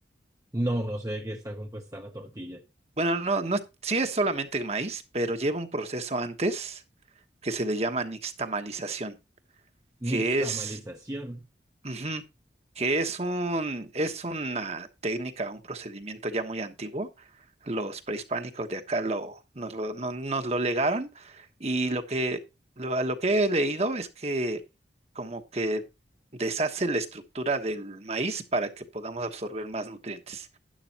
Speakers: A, on the right; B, on the right.
A: No, no sé de qué está compuesta la tortilla.
B: Bueno, no, no, sí es solamente maíz, pero lleva un proceso antes que se le llama nixtamalización, que
A: Nixtamalización.
B: es, ujú, que es un, es una técnica, un procedimiento ya muy antiguo. Los prehispánicos de acá lo, nos lo, no- nos lo legaron y lo que, lo, a lo que he leído es que como que deshace la estructura del maíz para que podamos absorber más nutrientes.